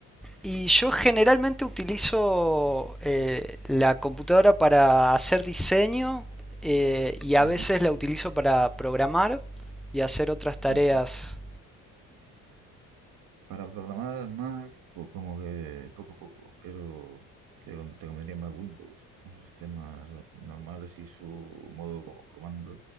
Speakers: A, in the centre; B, on the right.
A: Y yo generalmente utilizo eh, la computadora para hacer diseño eh, y a
B: Ujú,
A: veces la utilizo para programar y hacer otras tareas
B: ujú. Para programar Mac, pues como que poco a poco, pero te, con- te convendría más Windows, con sus sistemas normales y su modo como comando,